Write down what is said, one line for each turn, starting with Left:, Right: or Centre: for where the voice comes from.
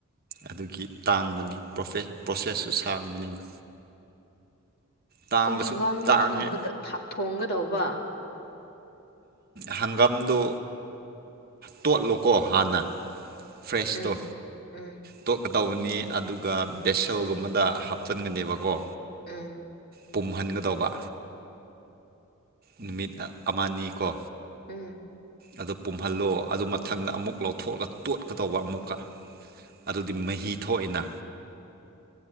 Right: ꯑꯗꯨꯒꯤ ꯇꯥꯡꯕꯅꯤ ꯄ꯭ꯔꯣꯁꯦꯁꯁꯨ ꯁꯥꯡꯕꯅꯦꯕ ꯇꯥꯡꯕꯁꯨ
Left: ꯑꯣ ꯍꯪꯒꯥꯝꯗꯨ
Right: ꯇꯥꯡꯉꯦ
Left: ꯊꯣꯡꯒꯗꯧꯕ
Right: ꯍꯪꯒꯥꯝꯗꯨ ꯇꯣꯠꯂꯣꯀꯣ ꯍꯥꯟꯅ ꯐ꯭ꯔꯦꯁꯇꯣ
Left: ꯎꯝ ꯎꯝ
Right: ꯇꯣꯛꯗꯥ ꯇꯅꯤ ꯑꯗꯨꯒ ꯕꯦꯁꯜꯒꯨꯝꯕꯗ ꯍꯥꯞꯆꯟꯒꯅꯦꯕꯀꯣ
Left: ꯎꯝ
Right: ꯄꯨꯝꯍꯟꯒꯗꯧꯕ ꯅꯨꯃꯤꯠ ꯑꯃꯅꯤꯅꯤꯀꯣ
Left: ꯎꯝ
Right: ꯑꯗꯨ ꯄꯨꯝꯍꯜꯂꯣ ꯑꯗꯨ ꯃꯊꯪꯗ ꯑꯃꯨꯛ ꯂꯧꯊꯣꯛꯑꯒ ꯇꯣꯠ ꯀ ꯇꯧꯕ ꯑꯃꯨꯛꯀ ꯑꯗꯨꯗꯤ ꯃꯍꯤ ꯊꯣꯛꯑꯏꯅ